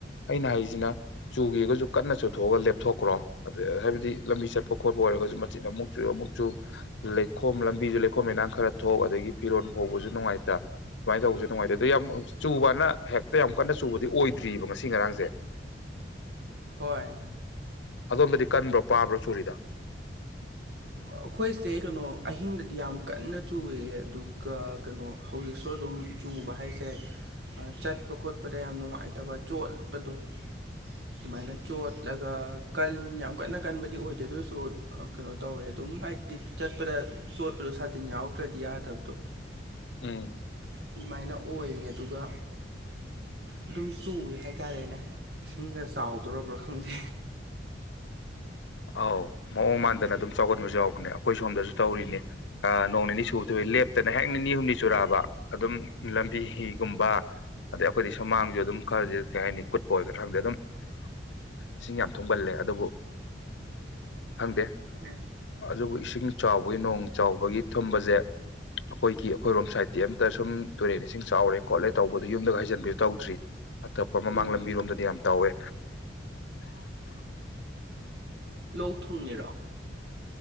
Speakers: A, on the left; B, on the right.
A: ꯑꯩꯅ ꯍꯥꯏꯖꯤꯅ ꯆꯨꯒꯦꯒꯁꯨ ꯀꯟꯅ ꯆꯨꯊꯣꯛꯑꯒ ꯂꯦꯞꯊꯣꯛꯈ꯭ꯔꯣ ꯑꯗ ꯍꯥꯏꯕꯗꯤ ꯂꯝꯕꯤ ꯆꯠꯄ ꯈꯣꯠꯄ ꯑꯣꯏꯔꯒꯁꯨ ꯁꯤꯗ ꯑꯃꯨꯛꯆꯨ ꯑꯃꯨꯛꯆꯨ ꯂꯩꯈꯣꯝ ꯂꯝꯕꯤꯁꯨ ꯂꯩꯈꯣꯝ ꯂꯩꯅꯥꯡ ꯈꯔ ꯊꯣꯛ ꯑꯗꯒꯤ ꯐꯤꯔꯣꯟꯜ ꯐꯥꯎꯕꯁꯨ ꯅꯨꯡꯉꯥꯏꯇ ꯁꯨꯃꯥꯏꯅ ꯇꯧꯕꯁꯦ ꯅꯨꯡꯉꯥꯏꯇꯦ ꯑꯗꯣ ꯌꯥꯝ ꯆꯨꯕꯅ ꯍꯦꯛꯇ ꯌꯥꯝ ꯀꯟꯅ ꯆꯨꯕꯗꯤ ꯑꯣꯏꯗ꯭ꯔꯤꯕ ꯉꯁꯤ ꯉꯔꯥꯡꯁꯦ
B: ꯍꯣꯏ
A: ꯑꯗꯣꯝꯝꯕꯗꯤ ꯀꯟꯕ꯭ꯔꯣ ꯄꯥꯕ꯭ꯔꯣ ꯆꯨꯔꯤꯗꯣ
B: ꯑꯩꯈꯣꯏꯁꯦ ꯀꯩꯅꯣ ꯑꯍꯤꯡꯗꯗꯤ ꯌꯥꯝ ꯀꯟꯅ ꯆꯨꯏꯌꯦ ꯑꯗꯨꯒ ꯀꯩꯅꯣ ꯍꯧꯖꯤꯛꯁꯨ ꯑꯗꯨꯝ ꯆꯨꯕ ꯍꯥꯏꯁꯦ ꯆꯠꯄ ꯈꯣꯠꯄꯗ ꯌꯥꯝ ꯅꯨꯡꯉꯥꯏꯇꯕ ꯆꯣꯠꯄꯗꯣ ꯑꯗꯨꯃꯥꯏꯅ ꯆꯣꯠꯂꯒ ꯀꯟ ꯌꯥꯝ ꯀꯟꯅ ꯀꯟꯕꯗꯤ ꯑꯣꯏꯗꯦ ꯑꯗꯨ ꯑꯣꯏꯔꯁꯨ ꯀꯩꯅꯣ ꯇꯧꯋꯦ ꯑꯗꯨꯝ ꯍꯥꯏꯗꯤ ꯆꯠꯄꯗ ꯆꯣꯠꯄꯗꯣ ꯁꯥꯇꯤꯟ ꯌꯥꯎꯗ꯭ꯔꯗꯤ ꯌꯥꯗꯕꯗꯣ
A: ꯎꯝ
B: ꯑꯗꯨꯃꯥꯏꯅ ꯑꯣꯏꯌꯦ ꯑꯗꯨꯒ ꯑꯗꯨꯝ ꯆꯨꯔꯦ ꯍꯥꯏꯇꯥꯥꯔꯦꯅꯦ ꯏꯁꯤꯡꯒ ꯆꯥꯎꯗꯔꯕ꯭ꯔꯥ ꯈꯪꯗꯦ
A: ꯑꯧ ꯃꯑꯣꯡ ꯃꯥꯟꯗꯅ ꯑꯗꯨꯝ ꯆꯥꯎꯒꯟꯕꯁꯨ ꯌꯥꯎꯕꯅꯦ ꯑꯩꯈꯣꯏ ꯁꯣꯝꯗꯁꯨ ꯇꯧꯔꯤꯅꯦ ꯅꯣꯡ ꯅꯤꯅꯤ ꯆꯨꯕꯗꯣ ꯂꯦꯞꯇꯅ ꯍꯦꯛ ꯅꯤꯅꯤ ꯍꯨꯝꯅꯤ ꯆꯨꯔꯥꯕ ꯑꯗꯨꯝ ꯂꯝꯕꯤ ꯍꯤꯒꯨꯝꯕ ꯑꯗꯩ ꯑꯩꯈꯣꯏꯗꯤ ꯁꯨꯃꯥꯡꯖꯨ ꯑꯗꯨꯝ ꯈꯔꯗꯤ ꯀꯩ ꯍꯥꯏꯅꯤ ꯀꯨꯠꯄ ꯑꯣꯏꯒꯗ꯭ꯔꯥ ꯈꯡꯗꯦ ꯑꯗꯨꯝ ꯏꯁꯤꯡ ꯌꯥꯝ ꯊꯨꯝꯒꯜꯂꯦ ꯑꯗꯨꯕꯨ ꯈꯪꯗꯦ
B: ꯍꯣꯢ
A: ꯑꯗꯨꯕꯨ ꯏꯁꯤꯡ ꯆꯥꯎꯕꯒꯤ ꯅꯣꯡ ꯆꯥꯎꯕꯒꯤ ꯊꯨꯝꯕꯖꯦ ꯑꯩꯈꯣꯏꯒꯤ ꯑꯩꯈꯣꯏꯔꯣꯝ ꯁꯥꯏꯠꯇꯤ ꯑꯝꯇ ꯁꯨꯝ ꯇꯨꯔꯦꯟ ꯏꯁꯤꯡ ꯆꯥꯎꯔꯦ ꯈꯣꯠꯂꯦ ꯇꯧꯕꯗ ꯌꯨꯝꯗꯒ ꯍꯩꯖꯤꯟꯕꯤꯌ ꯇꯧꯗ꯭ꯔꯤ ꯑꯇꯣꯞꯄ ꯃꯃꯥꯡ
B: ꯎꯝ
A: ꯂꯝꯕꯤꯔꯣꯝꯗꯗꯤ ꯌꯥꯝ ꯇꯧꯋꯦ
B: ꯂꯣꯛ ꯊꯨꯡꯉꯤꯔꯣ